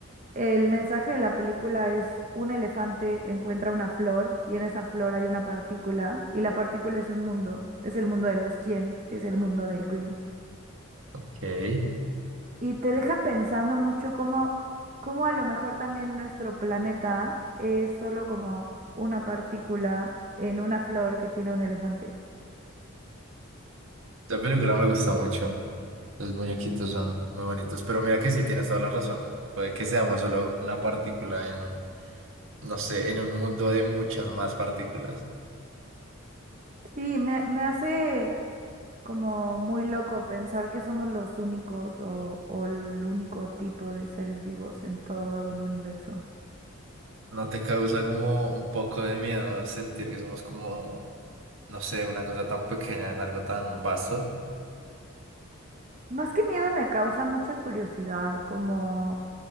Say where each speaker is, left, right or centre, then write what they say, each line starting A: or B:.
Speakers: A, on the right; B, on the right.
A: El mensaje de la película es un elefante encuentra una flor y en esa flor hay una partícula y la partícula es un mundo, es el mundo de los quién, que es el mundo del Grinch.
B: Ok. Esta
A: Y te deja pensando mucho cómo, cómo a lo mejor también nuestro planeta es solo como una partícula en una flor que tiene un elefante.
B: película me gusta mucho. Los muñequitos son muy bonitos. Pero mira que sí, tienes toda la razón. Puede que seamos solo una partícula en, no sé, en un mundo de muchas más partículas.
A: Sí, me, me hace como muy loco pensar que somos los únicos o, o el único tipo de seres vivos en todo un universo.
B: ¿No te causa como un poco de miedo sentir que somos como, no sé, una cosa tan pequeña en algo tan vasto?
A: Más que miedo me causa mucha curiosidad, como